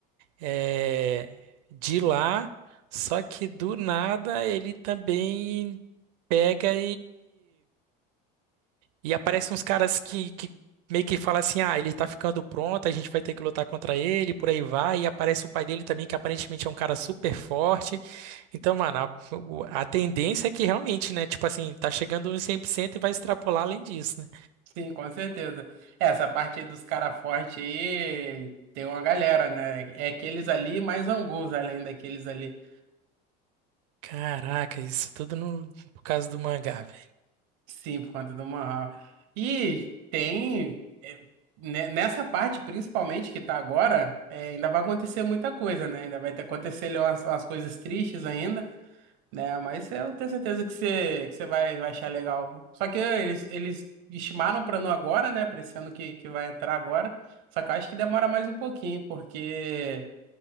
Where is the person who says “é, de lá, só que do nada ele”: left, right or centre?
Right